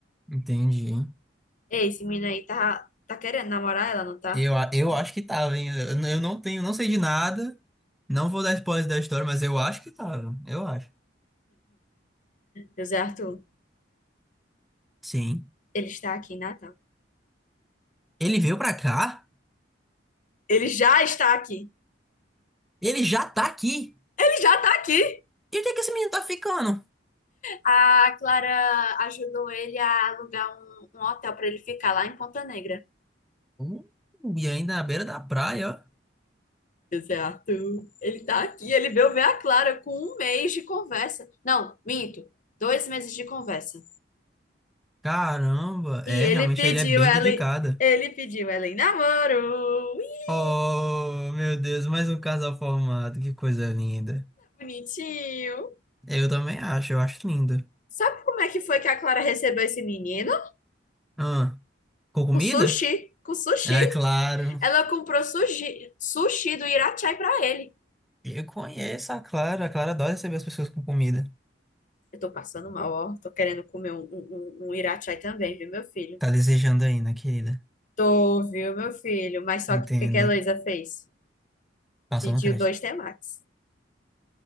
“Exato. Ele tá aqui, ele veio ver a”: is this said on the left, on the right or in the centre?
Left